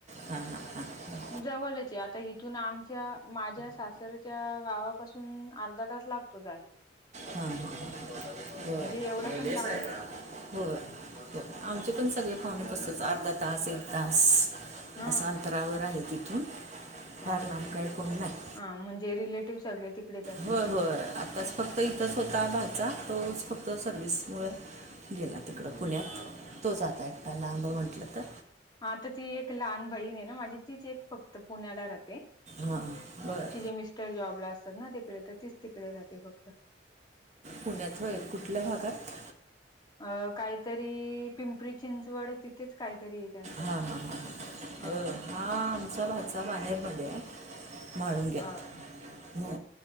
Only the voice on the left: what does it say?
जवळच आता इथून आमच्या माझ्या सासरच्या गावा पासून अर्धा तास लागतो जायला.
म्हणजे एवढं पण लांब
नाही
ह
ह
हा म्हणजे रिलेटिव्ह सगळे तिकडेच असतील
हा तर ती एक लहान बहीण आहे ना माझी तीच एक फक्त पुण्याला राहते.
तिजे मिस्टर जॉबला असतात ना तिकडे तर तीच तिकडे राहते फक्त.
अ काहीतरी पिंपरी-चिंचवड तिथेच काहीतरी. त्यांचं
हा.
ह <inaudible> <unintelligible>